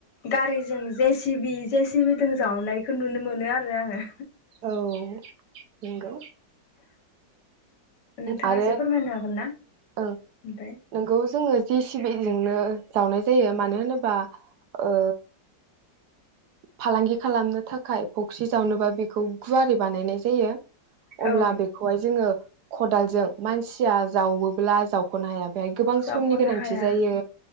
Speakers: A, on the left (about 70°); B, on the right (about 70°).
A: गारिजों जे सि बि जे सि बि जों जावनायखौ नुनो मोनो आरो आंङो।
B: औ नंगौ
A: नोंथाङा
B: आरो
A: एसे फोरमायनो हागोन ना
B: ओं
A: ओमफ्राय
B: नोंगौ जोङो जे सि‌ बि जोंनो जावनाय जायो मानो होनोबा ओ फालांगि खालामनो थाखाय फख्रि जावनोबा बेखौ गुवारै बानायनाय जायो। अब्ला
A: औ
B: बेखौहाय जोङो खदालजों मानसिया जावोब्ला जावख'नो हाया। बेहाय गोबां
A: जाख'नो
B: समनि गोनांथि
A: हाया
B: जायो